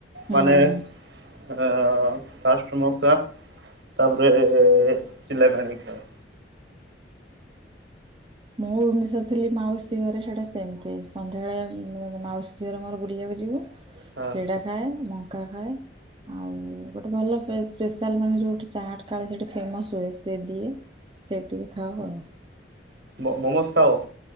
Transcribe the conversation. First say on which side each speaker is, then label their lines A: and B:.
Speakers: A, on the right; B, on the right.
A: ହୁଁ।
B: ମାନେ ଅଁ ଫାଷ୍ଟ ମକା। ତାପରେ ଜିଲାପି ଆଣିକି ଖାଏ।
A: ମୁଁ ନିଷରେ ଥିଲି ମାଉସୀ ଘରେ ସେଟା ସେମିତି ସନ୍ଧ୍ୟାବେଳେ ମୁଁ ମାଉସୀ ଝିଅର ମୋର ବୁଲିବାକୁ ଯିବୁ।
B: ଖାଏ।
A: ସେଡ଼ା ଖାଏ ମଙ୍କା ଖାଏ। ଆଉ ଗୋଟେ ଭଲ ପେସ ସ୍ପେଶାଲ୍ ମାନେ ଯୋଉଠି ଚାଟ୍ କାଳେ ସେଇଠି ଫେମସ୍ ହୁଏ ସେ ଦିଏ। ସେଇଟି ଟିକିଏ ଖାଉ ଆଉ।
B: ମ ମମସ ଖାଅ।